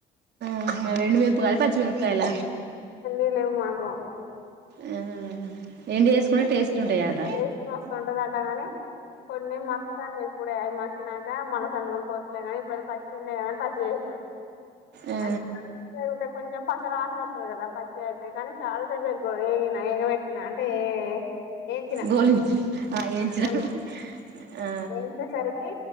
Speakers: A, on the right; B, on the left.
A: ఆహా ఎండుమిరపకాయల పచ్చిమిరపకాయల
B: ఎంపీ <inaudible> ఆ
A: ఆ ఎండు వేసుకుంటే టేస్ట్ ఉంటాయట
B: టేస్ట్ మస్తు ఉంటదటగాని కొన్ని మక్కుతాన్నయి ఇప్పుడే అవి మ మక్కినాక మల్లోసారి నూరుకోవచ్చు లే కానీ ఇప్పుడైతే పచ్చియి ఉన్నయ్ కదా అని పచ్చియి చేసిన
A: ఆ
B: <unintelligible> కొంచెం ప <unintelligible> ఉంటది కదా పచ్చియయితే కానీ చాలా సేపు బక్ేగిన అంటే ఏయించిన
A: గోలించి ఆ వేయించడం
B: గాలించిన
A: ఆ
B: ఏయించేసరికి